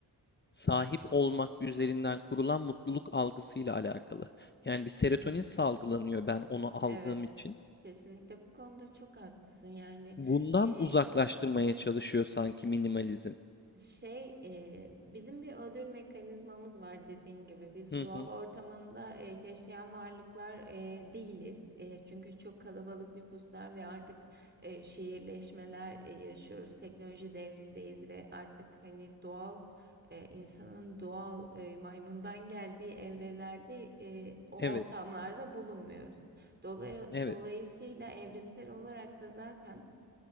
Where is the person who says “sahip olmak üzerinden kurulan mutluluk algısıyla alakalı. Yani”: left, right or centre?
Left